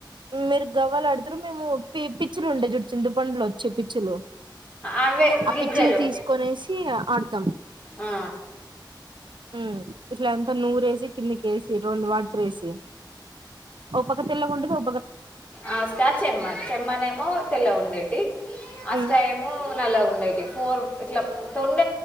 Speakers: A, on the right; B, on the left.
A: మీరు గవ్వలు ఆడుతారు మేము పి పిచ్చులు ఉండే చూడు చింతపండు వచ్చే పిచ్చులు
B: అవే
A: ఆ
B: గింజలు
A: పిచ్చిలు తీసుకొనేసి ఆడతాం
B: ఆ
A: హు ఇలా అంతా నోరేసి కింద ఎసి రెండు వాటర్ వేసి ఒ తెల్లగా ఉంటే పో
B: అష్టాచెమ్మా చిమ్మనేమో తెల్ల ఉండేటి అస్త
A: ఉమ్
B: ఏమ నల్లాగా ఉండేటి ఫోన్ ఇట్లా తొండ